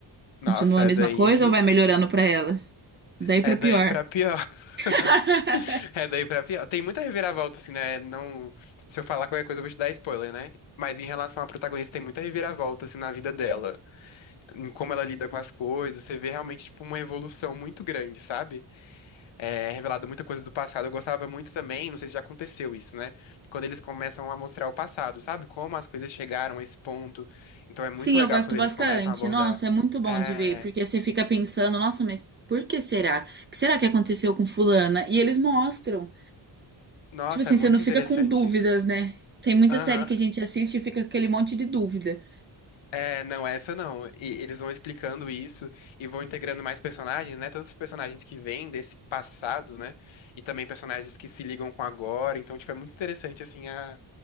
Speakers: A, on the right; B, on the left.
A: Continua
B: Nossa,
A: a
B: é
A: mesma
B: daí.
A: coisa ou vai melhorando pra elas? Daí pra
B: É
A: pior.
B: daí pra pior.
A: <laughs>
B: <laughs> É daí pra pior. Tem muita reviravolta, assim, né? Não... Se eu falar qualquer coisa, eu vou te dar spoiler, né? Mas em relação à protagonista, tem muita reviravolta, assim, na vida dela. Em como ela lida com as coisas. Você vê realmente, tipo, uma evolução muito grande, sabe? é, revelado muita coisa do passado. Eu gostava muito também, não sei se já aconteceu isso, né? Quando eles começam a mostrar o passado, sabe? Como as coisas chegaram a esse ponto. Então é muito
A: Sim,
B: legal
A: eu gosto
B: quando
A: bastante.
B: eles começam a abordar.
A: Nossa, é muito bom
B: É,
A: de ver, porque você fica pensando, nossa, mas por que será? O que será que aconteceu com fulana? E eles mostram.
B: Nossa,
A: Tipo assim,
B: é muito
A: você não fica
B: interessante
A: com dúvidas,
B: isso.
A: né? Tem muita
B: Aham.
A: série que a gente assiste e fica com aquele monte de dúvida.
B: É, não, essa não. E eles vão explicando isso e vão integrando mais personagens, né? Tantos personagens que vêm desse passado, né? E também personagens que se ligam com agora. Então, tipo, é muito interessante, assim, a,